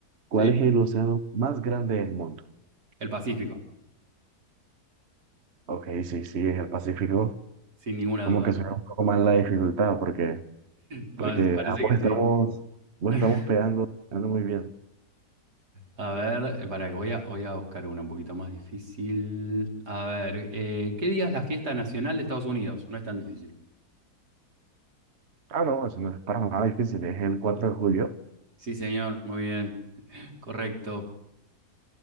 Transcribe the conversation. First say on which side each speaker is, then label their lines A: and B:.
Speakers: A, on the right; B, on the right.
A: ¿Cuál
B: Sí,
A: es el océano más grande del mundo?
B: el Pacífico,
A: Ok, sí, sí, es el Pacífico.
B: sin ninguna
A: Como
B: duda.
A: que suena un poco más la dificultad, porque
B: Vas,
A: Porque
B: Parece
A: ambos
B: que
A: estamos,
B: sí.
A: ambos
B: <laughs>
A: estamos pegando, pegando muy bien.
B: A ver, para que voy a, voy a buscar una un poquito más difícil. A ver, eh, ¿qué día es la fiesta nacional de Estados Unidos? No es tan difícil.
A: Ah, no, eso no es para nada difícil, es el 4 de julio.
B: Sí, señor, muy bien. <laughs> Correcto.